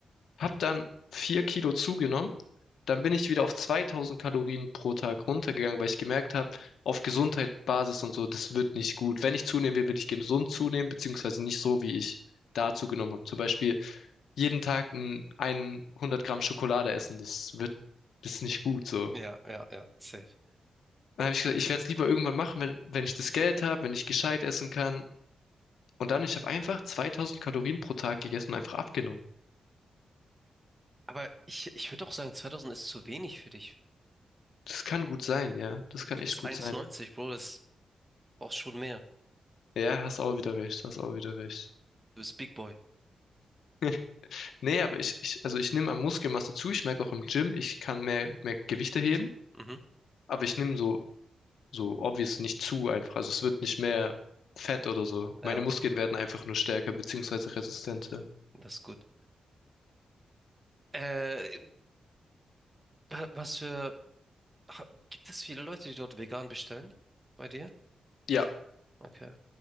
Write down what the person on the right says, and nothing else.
Ja, ja, ja, safe.
Aber ich, ich würde auch sagen, 2000 ist zu wenig für dich.
Du
bist
1,90,
Bro. Das brauchst schon mehr.
Du bist Big Boy.
Mhm.
Ja,
das ist gut. Äh, wa- was für... ha- Gibt es viele Leute, die dort vegan bestellen? Bei dir?
Okay.